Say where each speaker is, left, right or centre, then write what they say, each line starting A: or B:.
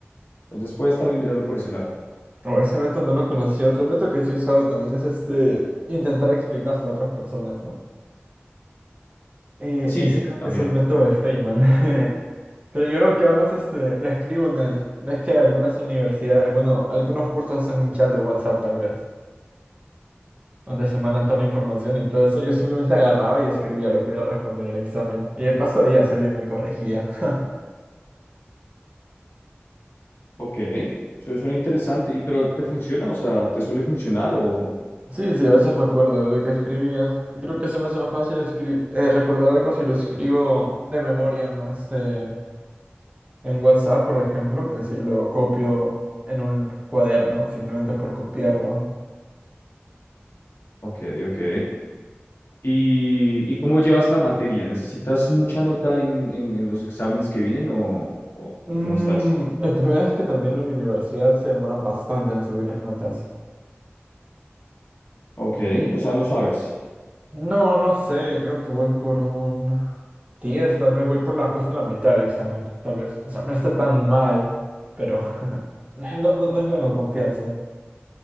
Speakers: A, on the left; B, on the right.
A: Entonces puedes también mirarlo por ese lado.
B: Oh, ese método no lo conocía. Otro método que sí he usado también es este, intentar explicárselo a otras personas, ¿no? Eh,
A: Sí,
B: ese creo
A: también.
B: que es el método de Feynman. <laughs> Pero yo lo que hago es este, lo escribo en el. ves que algunas universidades, bueno, algunos cursos hacen un chat de WhatsApp tal vez. donde se mandan toda la información y todo eso, yo simplemente agarraba y escribía lo que hubiera respondido en el examen. Y de paso días alguien me corregía. <laughs>
A: Ok, eso suena interesante. ¿Y pero te funciona? O sea, ¿te suele funcionar o...?
B: Sí, sí, a veces me acuerdo de lo que escribía. Creo que se me hace más fácil escri- eh, recordar algo si lo escribo de memoria, ¿no? Este, en WhatsApp, por ejemplo, que si lo copio en un cuaderno, simplemente por copiarlo.
A: Ok, ok. ¿Y, y cómo llevas la materia? ¿Necesitas mucha nota en, en, en los exámenes que vienen o, o
B: Mm,
A: cómo estás?
B: el problema es que también en mi universidad se demoran bastante en subir las notas.
A: Ok, o sea, no sabes.
B: No, no sé, creo que voy por un diez, tal vez voy por la justo la mitad del examen, tal vez. O sea, no está tan mal, pero <laughs> no, no, no es bueno confiarse.